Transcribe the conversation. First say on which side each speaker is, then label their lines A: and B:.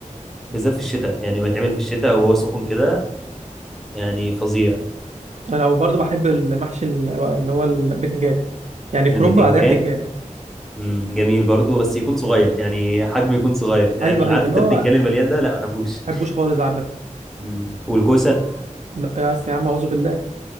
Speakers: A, in the centre; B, on the right.
A: بالذات في الشتاء يعني ما يتعمل في الشتاء وهو سخن كده يعني فظيع
B: انا وبرضه بحب المحشي ال- اللي هو البتنجان يعني كرنب
A: البتنجان
B: بعدها بتنجان
A: امم جميل برضو بس يكون صغير يعني حجمه يكون صغير يعني
B: ايوه ايوه
A: عارف
B: اللي
A: انت
B: هو
A: البتنجان
B: ما
A: المليان ده لا ما بحبوش
B: بحبوش خالص عامه
A: امم والكوسه
B: لا يا أس- يا عم اعوذ بالله